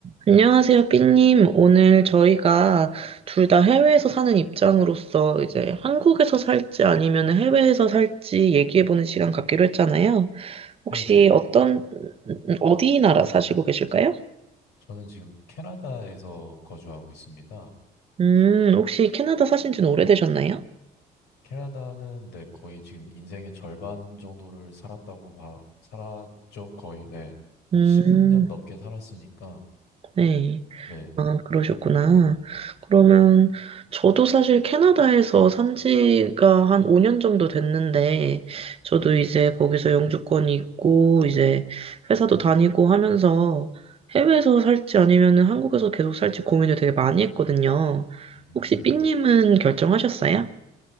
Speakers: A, on the right (about 35°); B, on the left (about 85°).
A: 안녕하세요, 삐님. 오늘 저희가 둘 다 해외에서 사는 입장으로서 이제 한국에서 살지 아니면 해외에서 살지 얘기해보는 시간 갖기로 했잖아요. 혹시
B: 네네.
A: 어떤, 어디 나라 사시고 계실까요?
B: 저는 지금 캐나다에서 거주하고 있습니다.
A: 음, 혹시 캐나다 사신 지는 오래되셨나요?
B: 캐나다는 네, 거의 지금 인생의 절반 정도를 살았다고 봐, 살았죠. 거의, 네. 한
A: 음,
B: 10년 넘게 살았으니까,
A: 네.
B: 네.
A: 아, 그러셨구나. 그러면 저도 사실 캐나다에서 산 지가 한 5년 정도 됐는데, 저도 이제 거기서 영주권이 있고, 이제 회사도 다니고 하면서 해외에서 살지 아니면 한국에서 계속 살지 고민을 되게 많이 했거든요.
B: 음,
A: 혹시 삐님은
B: 네.
A: 결정하셨어요?